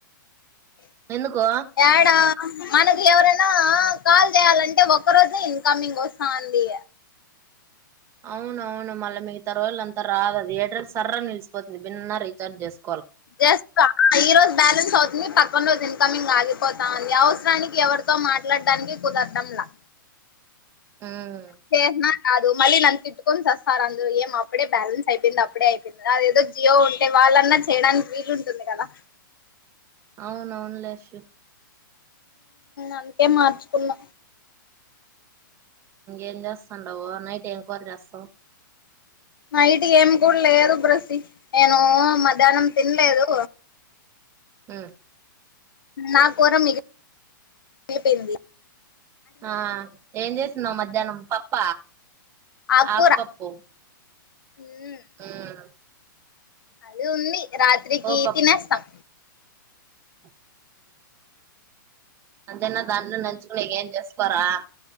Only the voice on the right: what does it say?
ఎందుకో
అవున అవును మళ్ళీ మిగతరోజులు అంతా రాదుది ఎయిటెల్ సర్రా నిలిచపోతుంది భిన్న రీచార్జ్ చేస్త
ఉమ్
అవునవును లేష్
ఏం చేస్తాండవా నైట్ ఎంక్వైరీ చేస్తావు
హ
ఆ ఏం చేస్తున్నావు మధ్యాహ్నం పప్ప
ఆకుపప్పు
మ్మ్
పోపప్పు
ఉ అంతేనా దాంట్లో నంచుకునికి ఎం చేసుకోరా